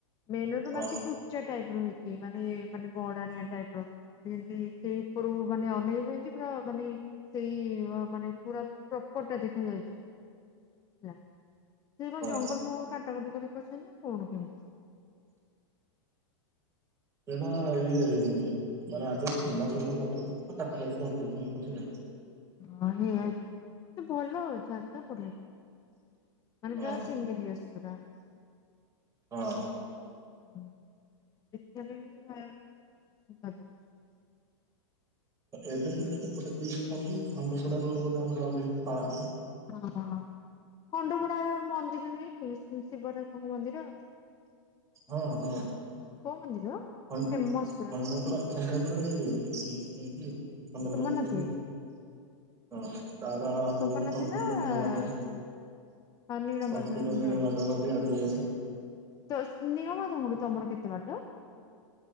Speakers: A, on the left (about 25°); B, on the right (about 20°).
A: ମେନ ରୋଡ
B: ହଁ
A: ମାନେ ଟିକେ ଉଚ୍ଚା ଟାଇପ ର ହେଇ ମାନେ ମାନେ ଗଡଣିଆ ଟାଇପର <unintelligible> ସେଇ ଉପରୁ ମାନେ ଅନେଇ ଏମତି ପୁରା ମାନେ ସେଇ ମାନେ ପୁରା ପ୍ରପର ଟା ଦେଖାଯାଉଚି, ହେଲା। ସେ କଣ
B: ହଁ
A: ଜଙ୍ଗଲ ଫଙ୍ଗଲ କାଟା କୁଟି କରି ରଖିଛନ୍ତି ନା। କଣ କେମତି ଯେ?
B: ସେଇଟା ଇଏ ମାନେ ଆଗରୁ ଥିଲା ସେଗୁଡା <unintelligible> କାଟା କରିଦେଇ <unintelligible>
A: ହଁ ହେଇଆଇଥିବ କିନ୍ତୁ ଭଲ ଜାଗା ପଢ଼ିବାକୁ ମାନେ
B: ଆଉ।
A: ପୁରା ସିଙ୍ଗି <unintelligible> ପୁରା।
B: ହଁ।
A: ହଁ ଦେଖିବା ପାଇଁ କିନ୍ତୁ <unintelligible>
B: ଏବେ କିନ୍ତୁ ସେପଟେ ଏଇ କଣ କି ଖଣ୍ଡପଡା ରୋଡ ଗୋଟେ ଆମର ଗୋଟେ ପାର୍
A: ହଁ ଖଣ୍ଡପଡାରେ ମନ୍ଦିର ନାହିଁକି ଶିବଠାକୁର ମନ୍ଦିର।
B: ହଁ ହଁ।
A: କୋଉ ମନ୍ଦିର
B: ଖ
A: ଫେମସ ପୁରା
B: ଖଣ୍ଡପଡ଼ା ଖଣ୍ଡପଡ଼ାରେ ଇଏ ଖଣ୍ଡପଡ଼ା
A: ସୋମନାଥି
B: ହୋଇଚି ହଁ ତାର ଆଉ ଆଗକୁ
A: ସୋମନାଥ
B: ଗଲେ <unintelligible>
A: ନା
B: ନୀଳମାଧବ।
A: କଣ ହଁ ନୀଳମାଧବ
B: କଞ୍ଚିତ
A: ମୁଁ
B: ନୀଳ
A: ଯାଇଛି।
B: ମାଧବ ଦି ଆଗକୁ ଗଲେ।
A: ତ ନିଳମାଧବ ତମର କେତେବାଟ।